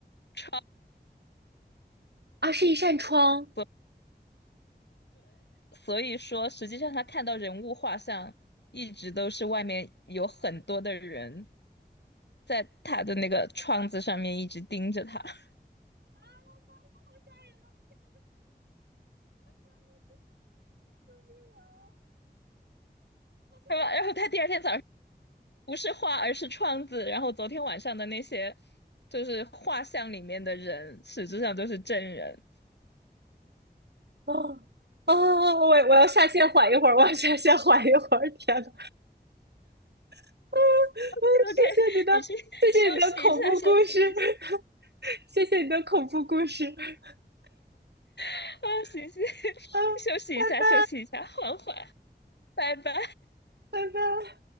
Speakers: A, on the left; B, on the right.
A: 窗。
B: 啊，是一扇窗。
A: 所所以说，实际上他看到人物画像，一直都是外面有很多的人在他的那个窗子上面一直盯着他，<laughs> 对吧？然后他第二天早上不是画，而是窗子。然后昨天晚上的那些就是画像里面的人，实质上都是真人。
B: 哦哦，我我要下线缓一会儿，我要下线缓一会儿。天呐，<laughs> 啊，
A: <laughs>
B: 嗯，谢谢你的，
A: OK，你去休息一下，
B: 谢谢你的恐怖故事，
A: 休息一下。
B: <laughs> 谢谢你的恐怖故事。<laughs>
A: <laughs> 啊，行行，<laughs>
B: 啊，
A: 休息一下，
B: 拜拜，
A: 休息一下，缓缓，拜拜。
B: 拜拜。